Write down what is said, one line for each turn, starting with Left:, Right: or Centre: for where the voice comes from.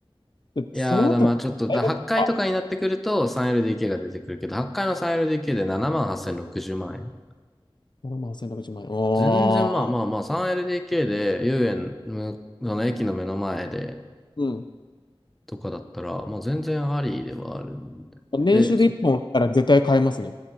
Left: で、
Centre: いやーだ、
Left: その辺り、
Centre: まあちょっと、
Left: 大学とか、
Centre: だ、8回とかになってくると 3LDK が出てくるけど、8回の 3LDK で7万8060万円。
Left: 7万1600万円。お
Centre: 全然まあまあまあ 3LDK で遊園のその駅の目の前で
Left: ー。うん。
Centre: とかだったら、もう全然ありではあるんで。
Left: 年収で1本あったら絶対買えますね。
Centre: で、そ